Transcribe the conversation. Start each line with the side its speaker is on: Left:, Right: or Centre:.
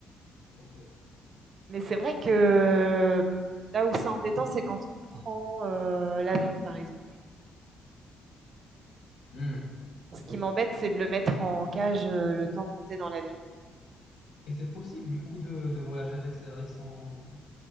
Left: ok.
Right: Mais c'est vrai que euh, là où c'est embêtant, c'est quand on prend euh, l'avion, par exemple.
Left: Hmm,
Right: Ce qui
Left: oui.
Right: m'embête, c'est de le mettre en cage euh, le temps de monter dans l'avion.
Left: Et c'est possible du coup de, de voyager avec, sa- avec son